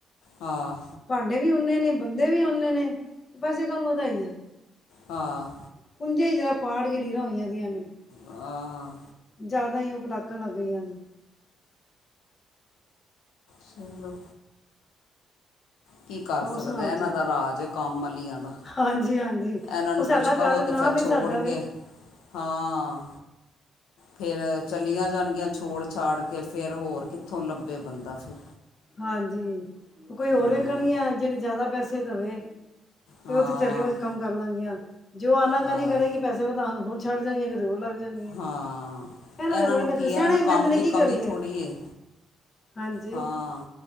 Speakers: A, on the left; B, on the left.
A: ਹਾਂ
B: ਭਾਂਡੇ ਵੀ ਓਨੇ ਨੇ, ਬੰਦੇ ਵੀ ਓਨੇ ਨੇ ਪੈਸੇ ਕਿਉਂ ਵਧਾਈਏ।
A: ਹਾਂ।
B: ਕੁੰਝੇ ਹੀ ਜਰਾ ਪਾੜ ਕੇ ਲੀਰਾਂ ਹੋਈਆਂ ਦੀਆਂ ਨੇ।
A: ਹਾਂ।
B: ਜ਼ਿਆਦਾ ਹੀ ਉਹ ਪਟਾਕਣ ਲੱਗ ਗਈਆਂ ਨੇ।
A: ਚਲੋ। ਕੀ ਕਰ
B: ਹੋਰ
A: ਸਕਦਾ
B: ਸੁਣਾਓ
A: ਹੈ। ਇਹਨਾਂ
B: ਜੀ
A: ਦਾ ਰਾਜ ਹੈ ਕੰਮ ਵਾਲੀਆਂ ਦਾ।
B: ਹਾਂਜੀ ਹਾਂਜੀ।
A: ਇਹਨਾਂ ਨੂੰ
B: ਉਹ ਸਾਡਾ
A: ਕੁੱਛ ਕਵੋ
B: ਘਰ ਨਾਂ
A: ਤੇ ਫੇਰ
B: ਦਾ
A: ਛੋੜ
B: ਹੀ ਸਾਡਾ ਵੇ
A: ਕੇ ਹਾਂ। ਫੇਰ ਚੱਲੀਆਂ ਜਾਣਗੀਆਂ ਛੋੜ ਛਾੜ ਕੇ ਫੇਰ ਹੋਰ ਕਿੱਥੋਂ ਲੱਭੇ ਬੰਦਾ ਫਿਰ।
B: ਹਾਂਜੀ, ਉਹ ਕੋਈ ਹੋਰ
A: ਹਾਂ
B: ਵੇਖਣਗੀਆਂ ਜਿਹੜੀ ਜ਼ਿਆਦਾ ਪੈਸੇ ਦੇਵੇ। ਤੇ
A: ਹਾਂ
B: ਉੱਥੇ ਚੱਲੇ ਅੱਜ ਉਹ ਕੰਮ ਕਰ ਲੈਣਗੀਆਂ ਜੋ ਉਹ ਆਨਾ ਕਾਨੀ
A: ਹਾਂ
B: ਕਰੇਗੀ। ਪੈਸੇ ਵਧਾਉਣ ਹੁਨ ਛੱਡ ਜਾਣਗੀਆਂ ਕਿਤੇ ਉਹ ਲੱਗ ਜਾਣਗੀਆਂ।
A: ਹਾਂ
B: ਦੇ
A: ਇਹਨਾਂ
B: ਬੜੇ
A: ਨੂੰ
B: ਨਖਰੇ
A: ਕੀ
B: ਸਹਿਣੇ
A: ਹੈ, ਇਹਨਾਂ ਨੂੰ
B: ਹੀ
A: ਕੰਮ
B: ਪੈਂਦੇ ਨੇ
A: ਦੀ
B: ਕੀ
A: ਕਮੀ
B: ਕਰੀਏ
A: ਥੋੜ੍ਹੀ ਏ।
B: ਹਾਂਜੀ
A: ਹਾਂ